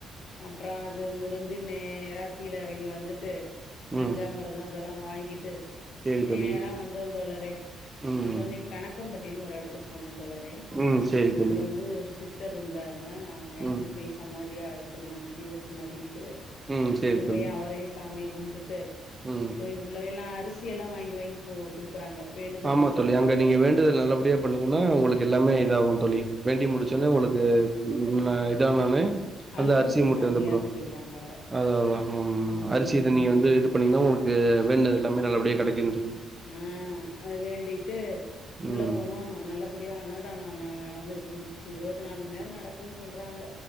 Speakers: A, on the left (about 75°); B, on the right (about 25°).
A: அப்றோ அது முடிஞ் நேரா கீழ இறங்கி வந்துட்டு பஞ்சாமிர்தோ
B: ம்
A: அதெல்லா வாங்கிட்டு
B: சேரி
A: நேரா
B: தோழி
A: வந்தோ தோழறே
B: ம்
A: வந்தோனே கணகம்ப்பட் அப்டின்னு ஒரு எடத்துக்கு போனோ தோழ ரே
B: ம் சேரி தோழி
A: அங்க வந்து ஒரு சித் தர் இருந்தா ங்க அவுங்க எறந்து
B: ம்
A: போய் சமாதியா வச்சிருந்தாங்க ஜீவசமாதி ட்டு
B: ம் சேரி
A: அங்க போய்
B: தோழி
A: அவரையும் சாமிய கும்ட்டுட்டு
B: ம்
A: போய் உள்ள எல்லா அரிசி எல்லா வாங்கி வாங்கி போ குடுக்குறாங்க வேண்டுதல்
B: ஆமா
A: போல
B: தோழி
A: இருக்கு.
B: அங்க நீங்க வேண்டுதல் நல்லபடியா பண்ணீங்கன்னா உங்களுக்கு எல்லாமே
A: ம்
B: இதாகு தோழி வேண்டி முடிச்சோடனே
A: ஆமா
B: உங்களுக்கு
A: ஆமா
B: ந இதா <unintelligible>
A: அழுக்கு
B: அந்த அரிசி மூட்ட
A: சாமியார்ன்னு
B: வந்தப்றோ
A: சொல்றாங்க அவர.
B: அதா அதா உம்
A: ம்
B: அரிசியித நீங்க வந்து இது பண்ணீங்கன்னா உங்க ளுக்கு வேண்டுனது எல்லாமே நல்லபடிய கிடைக்கு
A: உம் வேண்டிட்டு உள்ள
B: ம்
A: போனோ நல்லபடியா அன்ன தானோ ந நடந்துகிட்டு இருந்துச்சு இருவத் நாலு மண் நேரோ நடக்குன் சொல்றாங்க